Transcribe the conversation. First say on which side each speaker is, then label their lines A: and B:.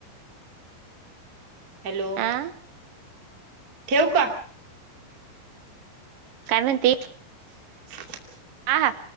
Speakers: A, on the right; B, on the right.
A: हॅलो
B: त्यांना आ
A: ठेव का?
B: काय म्हती.
A: <unintelligible>
B: हा हा.